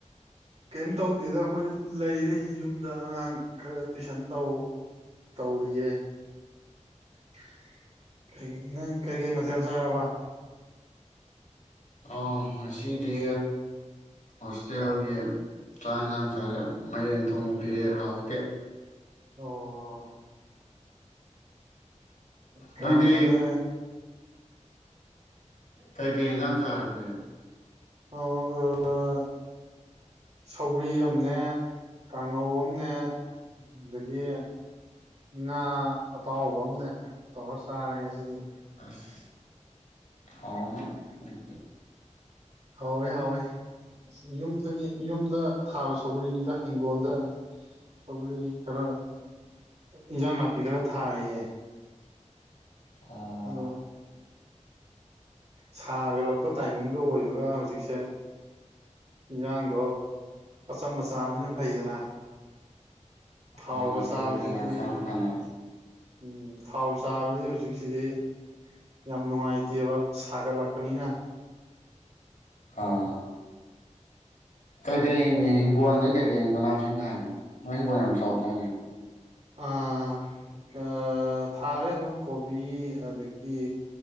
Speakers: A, on the right; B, on the left.
A: ꯀꯩꯝ ꯇꯧꯗꯦꯗ ꯑꯩꯈꯣꯏ ꯂꯩꯔꯤ ꯌꯨꯝꯗ ꯑꯉꯥꯡ ꯈꯔ ꯇꯨꯏꯁꯟ ꯇꯧ ꯇꯧꯔꯤꯌꯦ <unintelligible> ꯅ ꯀꯩ ꯀꯩ ꯃꯊꯦꯜ ꯆꯥꯔꯕ
B: ꯑꯥꯎ ꯉꯁꯤꯗꯤ ꯍꯣꯁꯇꯦꯜꯒꯤ ꯆꯥꯛ ꯌꯦꯟꯁꯥꯡ ꯆꯥꯔꯦ ꯃꯥꯏꯔꯦꯟ ꯊꯣꯡꯕ ꯄꯤꯔꯛꯑꯦ ꯍꯥꯎꯇꯦ
A: ꯑꯣ ꯀꯃ
B: ꯅꯣꯏꯗꯤ
A: ꯅ
B: ꯀꯩ ꯀꯩ ꯍꯤꯟꯖꯥꯡ ꯆꯔꯒꯦ
A: ꯑ ꯑ ꯁꯧꯒ꯭ꯔꯤ ꯑꯃꯅꯦ ꯀꯥꯡꯉꯧ ꯑꯃꯅꯦ ꯑꯗꯒꯤ ꯉꯥ ꯑꯇꯥꯎꯕ ꯑꯃꯅꯦ ꯇꯧꯔ ꯆꯥꯔꯦ ꯉꯁꯤꯗꯤ
B: ꯑꯁ ꯍꯥꯎꯔꯝ ꯃꯣꯢ ꯑꯗ
A: ꯍꯥꯎꯋꯦ ꯍꯥꯎꯋꯦ ꯌꯨꯝꯗꯒꯤ ꯌꯨꯝꯗ ꯊꯥꯕ ꯁꯧꯒ꯭ꯔꯤꯅꯤꯗ ꯍꯤꯡꯒꯣꯟꯗ ꯁꯧꯒꯔꯤ ꯈꯔ ꯏꯟꯖꯥꯡ ꯅꯥ ꯄꯤ ꯈꯔ ꯊꯥꯔꯤꯌꯦ
B: ꯑꯣ
A: ꯑꯗꯣ ꯁꯥ ꯒꯠꯂꯛꯄ ꯇꯥꯏꯃꯤꯡꯒ ꯑꯣꯏꯕꯒ ꯍꯧꯖꯤꯛꯁꯦ ꯏꯟꯁꯥꯡꯗꯣ ꯑꯆꯝꯕ ꯆꯥꯕꯁꯤꯅ ꯐꯩꯗꯅ ꯊꯥꯎꯒ
B: ꯑ
A: ꯆꯥꯕꯁꯤꯗꯤ
B: ꯐꯩꯌꯦ ꯐꯩꯌꯦ ꯍꯛꯆꯥꯡ ꯐꯅ
A: ꯎꯝ ꯊꯥꯎ ꯆꯥꯕꯁꯤꯗꯤ ꯍꯧꯖꯤꯛꯁꯤꯗꯤ ꯌꯥꯝ ꯅꯨꯡꯉꯥꯏꯇꯦꯕ ꯁꯥꯒꯠꯂꯛꯄꯅꯤꯅ
B: ꯑꯥ ꯀꯩꯀꯩ ꯍꯤꯡꯒꯣꯜꯗꯤ ꯀꯩꯀꯩ ꯃꯅꯃꯁꯤꯡ ꯊꯥꯏꯅꯣ ꯅꯣꯏ ꯍꯤꯡꯒꯣꯜ ꯌꯥꯝ ꯆꯥꯎꯗꯥꯏꯅꯦ
A: ꯑ ꯀ ꯊꯥꯔꯦ ꯑꯗꯨꯝ ꯀꯣꯕꯤ ꯑꯗꯒꯤ